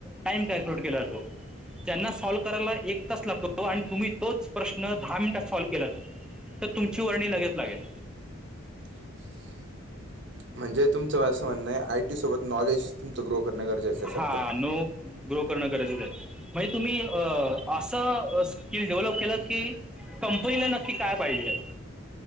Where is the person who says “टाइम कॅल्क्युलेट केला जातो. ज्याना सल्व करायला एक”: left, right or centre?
Centre